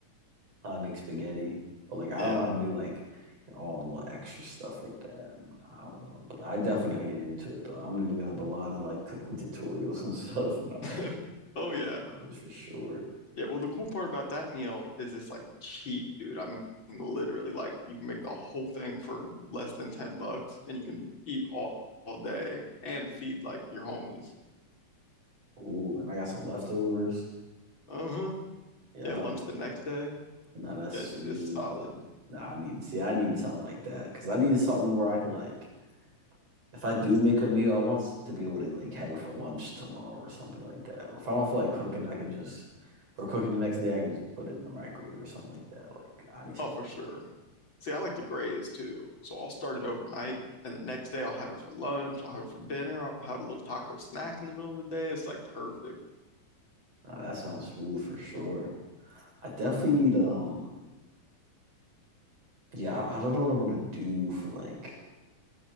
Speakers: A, on the right; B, on the left.
A: how to make spaghetti, but like I
B: Yeah.
A: don't know how to do like you know, all the little extra stuff like that. I don't know, but I definitely gotta get into it though. I'm gonna be looking up a lot of like cooking tutorials <laughs> and stuff when
B: <laughs>
A: I'm at
B: Oh yeah.
A: college for sure.
B: Yeah, well the cool part about that meal is it's like cheap, dude. I mean literally like you can make the whole thing for less than 10 bucks and you can eat all, all day and feed like your homies.
A: Ooh, and I got some leftovers.
B: Uh-huh.
A: Yeah.
B: Yeah, lunch the next day.
A: No, that's
B: Yeah,
A: smooth.
B: dude, it's solid.
A: Nah, I need see, I need something like that because I need something where I can like, if I do make a meal, I want s- to be able to like have it for lunch tomorrow or something like that. Or if I don't feel like cooking, I can just or cooking the next day, I can just put it in the microwave or something like that. Like I need something
B: Oh, for sure.
A: like
B: See, I like to graze too. So I'll start it overnight, and the next day I'll have it for lunch. I'll have it for dinner. I'll have a little taco snack in the middle of the day. It's like perfect.
A: that. Nah, that sounds smooth for sure. I definitely need um, yeah, I I don't know what I want to do for like